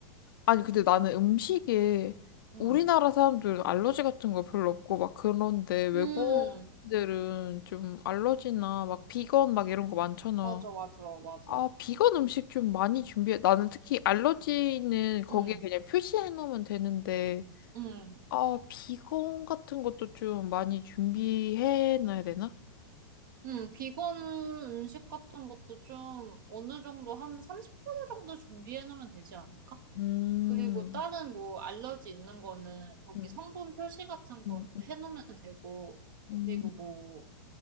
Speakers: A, on the left; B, on the right.
A: 아니, 근데 나는 음식에
B: 응.
A: 우리나라 사람들은 알러지 같은 거 별로 없고 막 그런데 외국
B: 음,
A: 인 들은 좀 알러지나 막 비건 막 이런 거 많잖아.
B: 맞아, 맞아, 맞아.
A: 아, 비건 음식 좀 많이 준비해. 나는 특히 알러지는 거기에
B: 응,
A: 그냥 표시해 놓으면 되는데,
B: 응.
A: 아, 비건 같은 것도 좀 많이 준비해 놔야 되나?
B: 음, 비건 음식 같은 것도 좀 어느 정도 한 30% 정도 준비해 놓으면 되지 않을까?
A: 음,
B: 그리고 다른 뭐 알러지 있는 거는 거기
A: 음,
B: 성분 표시 같은 건
A: 음, 음,
B: 해 놓으면 되고,
A: 음,
B: 그리고 뭐